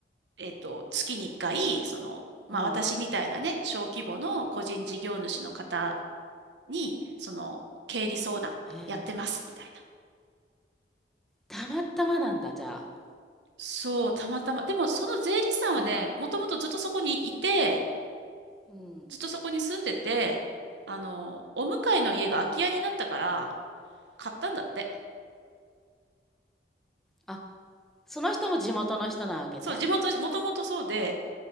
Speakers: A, on the right; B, in the centre.
A: えっと、月に1回、その、まあ私みたいなね、
B: うん。
A: 小規模の個人事業主の方に、その、経理相談やってます、
B: へえ。
A: みたいな。
B: たまたまなんだ、じゃあ。
A: そう、たまたま。でもその税理士さんはね、
B: うん、
A: もともとずっとそこにいて、
B: うん。
A: ずっとそこに住んでて、あの、お向かいの家が空き家になったから、買ったんだって。
B: あ、その人も地元の人なわけね。
A: そう、地元の人、もともとそうで、